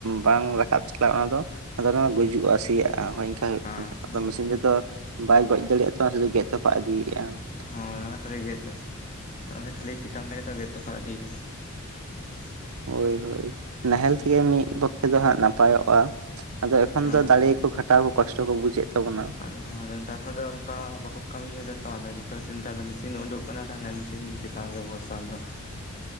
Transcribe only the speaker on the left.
ᱦᱮᱸ ᱦᱮᱸ
ᱦᱚᱸ ᱚᱱᱟ ᱠᱷᱟᱹᱞᱤ ᱜᱮᱫ ᱛᱮᱫ ᱾ ᱚᱱᱟ ᱠᱷᱟᱹᱞᱤ ᱪᱮᱛᱟᱱ ᱛᱮᱜᱮ ᱛᱚ ᱜᱮᱫ ᱛᱚᱯᱟᱜ ᱤᱫᱤᱭᱟᱭ ᱦᱩᱸ ᱾
ᱦᱮᱸ
ᱟᱫᱚ ᱫᱚ ᱱᱮᱛᱟᱨ ᱦᱚᱲ ᱫᱚ ᱚᱱᱠᱟ ᱵᱟᱠᱚ ᱠᱟᱹᱢᱤ ᱦᱚᱫᱟ ᱛᱚ ᱟᱫᱚ ᱡᱚᱛᱚ ᱱᱮᱛᱟᱨ ᱫᱚ ᱢᱮᱥᱤᱱ ᱩᱰᱩᱠ ᱠᱟᱱᱟ ᱛᱟᱦᱮᱱᱟ᱾ ᱥᱤᱱ ᱪᱮᱛᱟᱱ ᱨᱮ ᱵᱷᱚᱨᱥᱟ ᱫᱚ ᱾